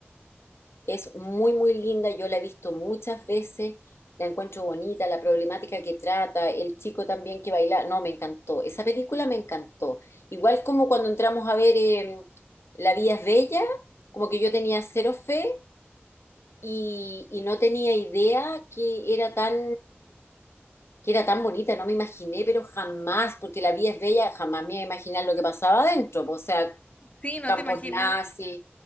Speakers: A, on the left (about 80°); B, on the left (about 30°).
A: Es muy, muy linda, yo la he visto muchas veces, la encuentro bonita, la problemática que trata, el chico también que baila, no, me encantó, esa película me encantó. Igual como cuando entramos a ver eh, La vida es bella, como que yo tenía cero fe y, y no tenía idea que era tan, que era tan bonita, no me imaginé, pero jamás, porque La vida es bella, jamás me iba a imaginar lo que pasaba adentro, po, o sea,
B: Sí, no
A: Campos
B: te imaginas
A: Nazis